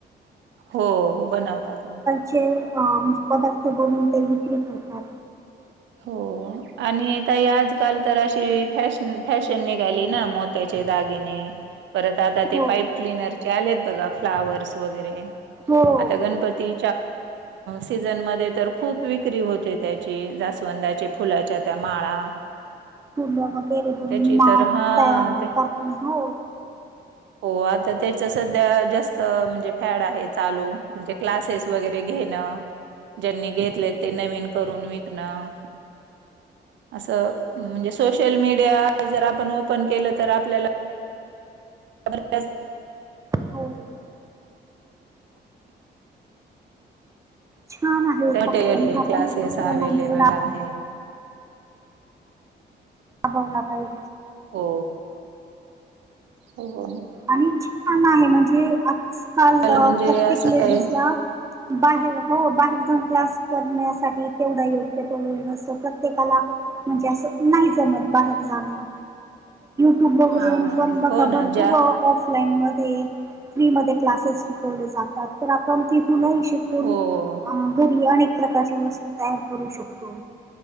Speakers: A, on the right; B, on the right.
A: हो बनवतात ना
B: चे पदार्थ बनवून ते विक्री करतात
A: हो आणि तई आजकाल तर अशी फॅशन फॅशन निघाली ना म त्याचे दागिने परत आता ते
B: हो.
A: पाईप क्लनरचे आलेत बघा फ्लावर्स वगैरे
B: हो
A: आता
B: हो
A: गणपती सीझन म तर खूप विक्री होते त्या जास्वंदाच्या फुलाच्या त्या माळा
B: फुलं वगैरे बणून
A: त्याची
B: माळ
A: तर हां
B: तयार
A: ते
B: करतो हो
A: हो आता त्याच सध्या जास्त म्हणजे फॅड आहे चालू म्हणजे क्लासेस वगैरे घेणं ज्यांनी घेतले ते नवीन करून विकणं असं म्हणजे सोशल मीडिया जर आपण ओपन केलं तर आपल्याला जबरदस्
B: हो ह छान आहे उपक्रम
A: मटेरियल
B: हा
A: क्लासेस
B: पण उपक्रम
A: अवेलेबल
B: म्हणजे
A: आहे
B: हो ना हाय
A: हो हो
B: आणि छान आहे म्हणजे आजकाल
A: म्हणजे
B: प्रत्येक
A: असं
B: लेडीजला
A: काही
B: बाहेर हो बाहेर जाऊन क्लास करण्यासाठी तेवढा योग्य तो न प्रत प्रत्येकाला म्हणजे अस नाही जमत बाहेर जाणं तु बघर
A: हां
B: ब
A: हो
B: का बर
A: ना ज्या
B: ऑफलाइन मध्ये फ्री म क्लासेस शिकवले जातात आपण तुलाही शिकून
A: हो
B: अ घरी अनेक प्रकारची वस्तू तयार करू शकतो